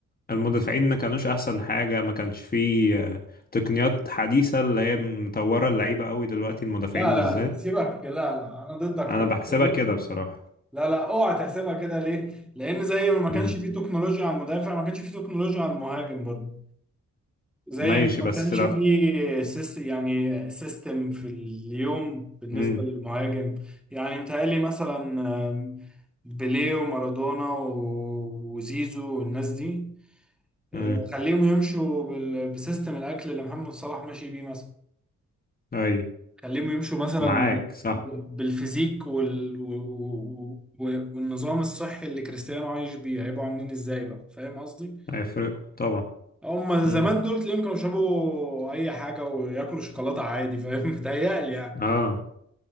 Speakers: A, on the left (about 30°); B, in the centre.
A: المدافعين ما كانوش احسن حاجة ما كانش فيه آه، تقنيات حديثة اللي هي مطورة اللعيبة قوي دلوقتي المدافعين
B: لا لا
A: بالذات
B: لا سيبك لا لا انا ضدك في
A: انا
B: الحته
A: بحسبها
B: دي
A: كده بصراحة
B: لا لا اوعى تحسبها كده ليه؟ لان زي ما ما كانش
A: مم.
B: فيه تكنولوجيا على المدافع ما كانش فيه تكنولوجيا على المهاجم برضه زي
A: ماشي
B: ما
A: بس
B: ما كانش
A: لو
B: فيه سيست يعني سيستم في اليوم بالنسبه
A: مم.
B: للمهاجم يعني متهيألي مثلا آم، بيليه ومارادونا و- وزيزو والناس دي آه،
A: مم.
B: خليهم يمشوا بال- بسيستم الاكل اللي محمد صلاح ماشي بيه مثلا
A: اي
B: خليهم يمشوا مثلا
A: معاك صح
B: ب- بالفيزيك وال... و- و- والنظام الصحي اللي كريستيانو عايش بيه هيبقوا عاملين ازاي بقى فاهم قصدي
A: هيفرق طبعا
B: هم
A: مم.
B: زمان دول تلاقيهم كانوا يشربوا اي حاجه وياكلوا شوكولاته عادي فاهم <laughs> متهيألي يعني
A: اه